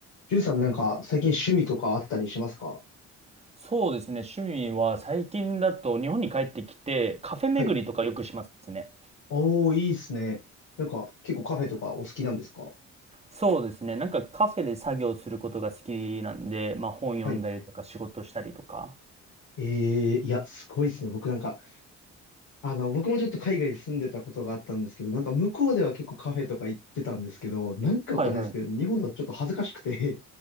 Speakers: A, on the left (about 80°); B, on the right (about 20°).
A: ジュンさんなんか最近趣味とかあったりしますか
B: そうですね。趣味は最近だと日本に帰ってきてカフェ巡りとかよくしますね。
A: はい。おー、いいっすね。なんか結構カフェとかお好きなんですか
B: そうですね。なんかカフェで作業することが好きなんで、まあ本読んだりとか仕事したりとか。
A: はい。えー、いや、すごいっすね。僕なんか、あの、僕もちょっと海外に住んでたことがあったんですけど、なんか向こうでは結構カフェとか行ってたんですけど、なんかわかんないですけど、
B: はいはい。
A: 日本だとちょっと恥ずかしくて、